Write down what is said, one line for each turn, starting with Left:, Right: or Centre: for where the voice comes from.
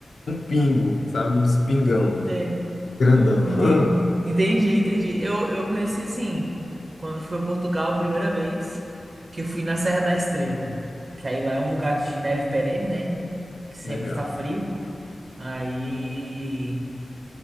Left: um pingo, sabe? Um espingão,
Right: Sei.
Left: grandão.
Right: Enten-
Left: <laughs>
Right: Entendi, entendi. Eu, eu conheci assim, quando fui a Portugal a primeira vez, que eu fui na Serra da Estrela. Que aí lá é um lugar de neve perene, né? Que sempre
Left: Legal.
Right: tá frio. Aí.